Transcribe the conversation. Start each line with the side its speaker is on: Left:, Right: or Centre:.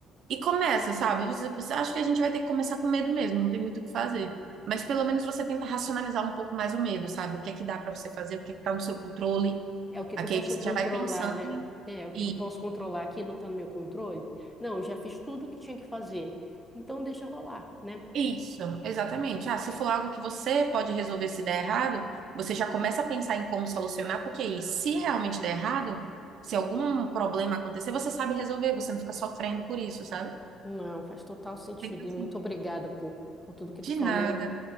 Right: E começa, sabe? Você, você acha que a gente vai ter que começar com medo mesmo, não tem muito o que fazer. Mas pelo menos você tenta racionalizar um pouco mais o medo, sabe? O que é que dá pra você fazer, o que é que tá no seu controle.
Centre: É o que
Right: Aqui
Centre: que eu
Right: aí
Centre: posso
Right: você
Centre: controlar,
Right: já vai pensando
Centre: né?
Right: em
Centre: É, o que
Right: e
Centre: que eu posso controlar? Aquilo está no meu controle? Não, eu já fiz tudo o que tinha que fazer. Então deixa rolar, né?
Right: isso, exatamente. Ah, se for algo que você pode resolver se der errado, você já começa a pensar em como solucionar, porque aí, se realmente der errado, se algum problema acontecer, você sabe resolver, você não fica sofrendo por isso, sabe?
Centre: Não, faz total sentido.
Right: Tem assim,
Centre: E muito obrigada por, por tudo que
Right: de
Centre: tu falou.
Right: nada.